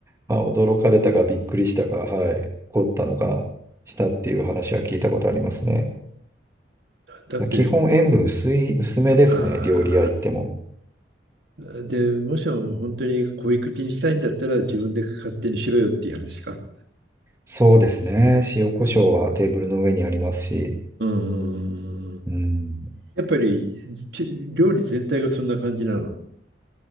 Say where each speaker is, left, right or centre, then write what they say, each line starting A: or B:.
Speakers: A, on the right; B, on the right.
A: まあ、驚かれたかびっくりしたか、はい、怒ったのかしたっていう話は聞いたことありますね。
B: だって、
A: 基本塩分薄い、薄めですね、
B: あ
A: 料理屋行っても。
B: あ、で、もしも本当に小い口にしたいんだったら自分で勝手にしろよっていう話か。
A: そうですね、塩コショウはテーブルの上にありますし、
B: うんうんうんうんうん。
A: うん、
B: やっぱりち料理全体がそんな感じなの。